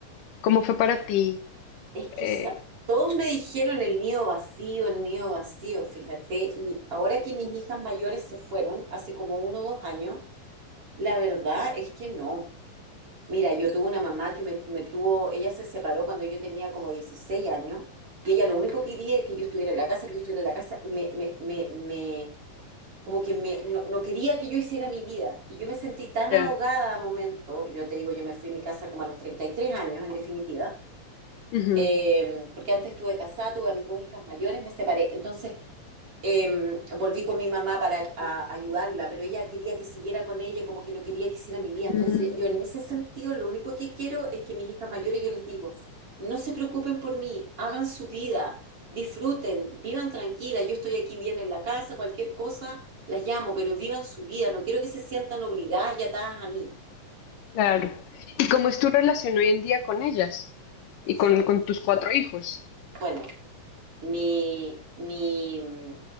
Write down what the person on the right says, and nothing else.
Es que
esa- todos me dijeron el nido vacío, el nido vacío, fíjate, y ahora que mis hijas mayores se fueron, hace como uno o dos años, la verdad es que no. Mira, yo tuve una mamá que me, me tuvo, ella se separó cuando yo tenía como 16 años, y ella lo único que quería es que yo estuviera en la casa, que yo estuviera en la casa, y me, me, me, me- como que me, no, no quería que yo hiciera mi vida, y yo me sentí tan
ahogada a momento, yo te digo, yo me fui a mi casa como a los 33 años, en definitiva
eh, porque antes estuve casada, tuve a mis dos hijas mayores, me separé. Entonces eh, volví con mi mamá para a- ayudarla, pero ella quería que siguiera con ella, como que no quería que hiciera mi vida. Entonces
yo en ese sentido lo único que quiero es que mis hijas mayores, yo les digo, no se preocupen por mí, hagan su vida, disfruten, vivan tranquilas, yo estoy aquí bien en la casa, cualquier cosa, las llamo, pero vivan su vida, no quiero que se sientan obligadas y atadas a mí.
Súper
bueno. Mi, mi, mm,